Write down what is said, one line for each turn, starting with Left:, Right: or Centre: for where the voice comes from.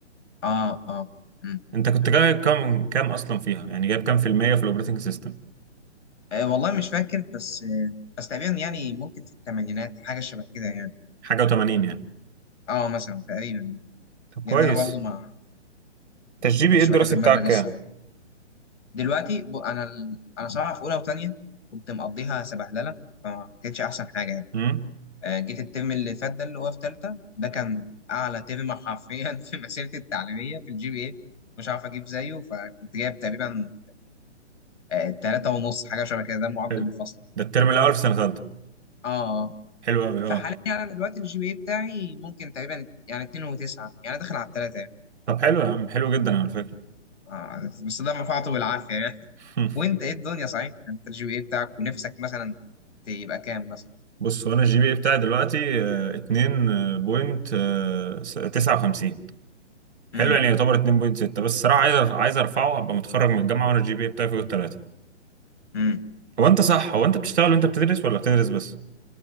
Left: اه اه امم
Right: انت كنت جايب كام كام اصلا فيها يعني جايب كام في المية في الاوبريتنج سيستم
Left: آه، والله مش فاكر بس آه، بس تقريبا يعني ممكن في الثمانينات حاجه شبه كده يعني
Right: حاجة و80 يعني
Left: اه مثلا تقريبا
Right: طب
Left: لان
Right: كويس
Left: انا برضه ما
Right: انت
Left: ما
Right: الجي بي
Left: كنتش
Right: ايه الدراسي
Left: بحب المادة
Right: بتاعك
Left: دي
Right: كام
Left: الصراحة دلوقتي ب... أنا ال... أنا صراحة في أولى وتانية كنت مقضيها سبهللة فما كانتش أحسن حاجة يعني
Right: امم
Left: آه، جيت الترم اللي فات ده اللي هو في تالتة ده كان أعلى ترم حرفيا <laughs> في مسيرتي التعليمية في الجي بي إيه مش عارف أجيب زيه فكنت جايب تقريبا آه، تلاتة ونص حاجة شبه كده ده معدل
Right: حلو
Left: الفصل
Right: ده الترم الاول في سنه ثالثه
Left: آه آه.
Right: حلو قوي اه
Left: فحاليا أنا دلوقتي الجي بي إيه بتاعي ممكن تقريبا يعني اتنين وتسعة يعني داخل على التلاتة يعني
Right: طب حلو يا عم حلو جدا على فكره
Left: آه، بس ده رفعته بالعافية يعني.
Right: <laughs>
Left: وانت ايه الدنيا صحيح انت الجي بي اي بتاعك ونفسك مثلا تبقى كام مثلا
Right: بص وانا الجي بي اي بتاعي دلوقتي آه، 2.59 حلو
Left: امم
Right: يعني يعتبر 2.6 بس الصراحه عايز عايز ارفعه ابقى متخرج من الجامعه وانا الجي بي اي بتاعي فوق الثلاثه
Left: امم
Right: هو انت صح هو انت بتشتغل وانت بتدرس ولا بتدرس بس